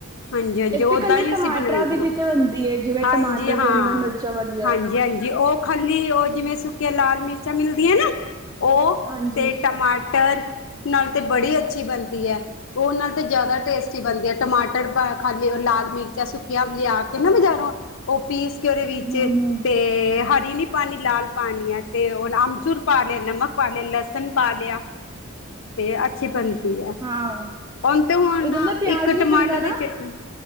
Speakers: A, on the left (about 65°); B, on the right (about 20°).
A: ਹਾਂਜੀ, ਹਾਂਜੀ
B: ਇੱਕ
A: ਉਹ
B: ਤੇ ਇਕੱਲੇ
A: ਤਾਂ ਹੀ
B: ਟਮਾਟਰਾਂ
A: ਅਸੀਂ ਬਣਾਈਦਾ
B: ਦੀ ਵੀ ਤੇ ਬਣਦੀ ਹੈ ਜਿਵੇਂ
A: ਹਾਂਜੀ
B: ਟਮਾਟਰ
A: ਹਾਂ।
B: ਦੇ ਅੰਦਰ ਮਿਰਚਾਂ ਵਾਲੀਆਂ
A: ਹਾਂਜੀ ਹਾਂਜੀ ਉਹ ਖਾਲੀ ਉਹ ਜਿਵੇਂ ਸੁੱਕੇ ਲਾਲ ਮਿਰਚਾਂ ਮਿਲਦੀਆਂ ਨਾ। ਉਹ
B: ਹਾਂਜੀ
A: ਤੇ ਟਮਾਟਰ ਨਾਲ ਤੇ ਬੜੀ ਅੱਛੀ ਬਣਦੀ ਹੈ। ਉਹ ਨਾਲ ਤੇ ਜ਼ਿਆਦਾ ਟੇਸਟੀ ਬਣਦੀ ਆ ਟਮਾਟਰ ਖਾਲੀ ਲਾਲ ਮਿਰਚਾਂ ਸੁੱਕੀਆਂ ਲਿਆ ਕੇ ਨਾ ਬਜ਼ਾਰੋਂ। ਉਹ ਪੀਸ ਕੇ ਉਹਦੇ ਵਿੱਚ
B: ਹਮ ਹਮ
A: ਤੇ। ਹਰੀ ਨਹੀਂ ਪਾਣੀ ਲਾਲ ਪਾਣੀ ਹੈ ਤੇ ਅਮਚੂੂਰ ਪਾ ਲਿਆ ਨਮਕ ਪਾ ਲਿਆ ਲਸਣ। ਪਾ ਲਿਆ। ਤੇ ਅੱਛੀ ਬਣਦੀ ਹੈ।
B: ਹਾਂ
A: ਉਹਨੇ ਤੇ ਹੁਣ
B: ਉਹਦੇ
A: ਨਾ
B: ਪਿਆਜ
A: ਇੱਕ
B: ਨੀ
A: ਟਮਾਟਰ
B: ਪੈਂਦਾ ਨਾ
A: ਦੀ ਚਟਨੀ।